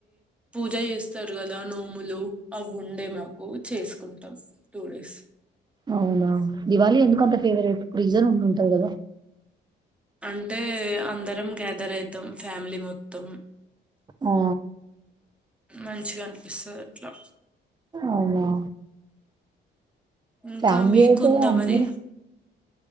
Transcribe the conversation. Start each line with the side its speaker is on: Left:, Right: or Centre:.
Centre: పూజ చేస్తారు కదా నోములు అఉండే మాకు చేసుకుంటాం టూ డేస్
Right: అవునా దివాళి ఎందుకు అంత ఫేవరెట్ రీజన్ ఉండి ఉంటది కదా
Centre: అంటే అందరం గ్యాదర్ అయితాం ఫ్యామిలీ మొత్తం
Right: ఆ
Centre: మంచిగా అనిపిస్తది ట్లా
Right: అవునా
Centre: ఇంకా
Right: ఫ్యామిలీ
Centre: మీకు
Right: అయితే
Centre: ఉందా
Right: అందరూ
Centre: మరి